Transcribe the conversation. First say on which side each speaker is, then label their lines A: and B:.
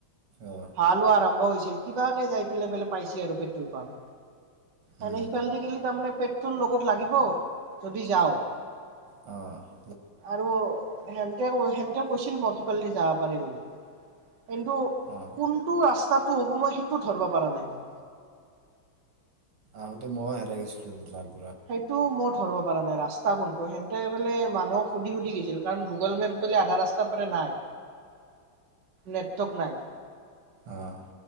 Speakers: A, on the right; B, on the right.
A: অ
B: ভালো আৰম্ভ হয়ছি কিবাকে জাই ফেলে পাইছি আৰু পেট্ৰল পাম্প
A: উম
B: আমি সিফাল দি গেলি তাৰমানে পেট্ৰল লগত লাগিব যদি যাও।
A: অহ ',
B: আৰু হে সেহতেও কৈছিল মই সিফালদি যাব পাৰেি বুলি। কিন্তু
A: অ
B: কোনটো ৰাস্তাত টো হ'ব মই সেইটোও ধব পৰা নাই মই।
A: আহোতে ময়ো হেৰাই গৈছিলো দুডাল
B: সেইটো মই ধৰিব পৰা নাই ৰাস্তা। তাকোনটো সেনটে বোলে মানুক সুধি-সুধি গৈছিল কাৰণ গুগল মেপ, বোলে আধা ৰাস্তা পৰা নাই নেটৰ্ক নাই।
A: অহ